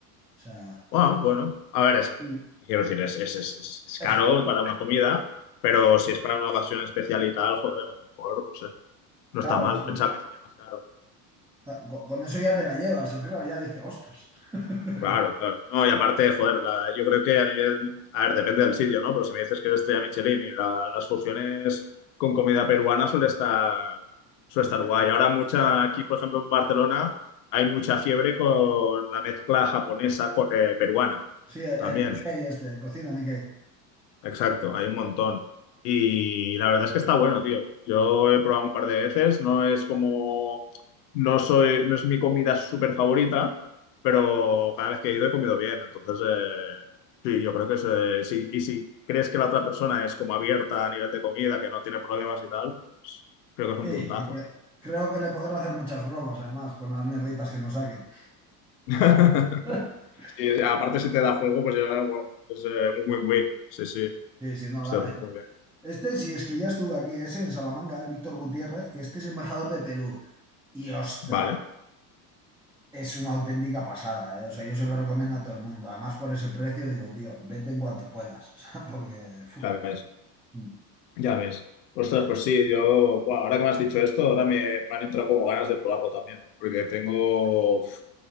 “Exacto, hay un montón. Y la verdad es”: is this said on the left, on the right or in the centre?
Left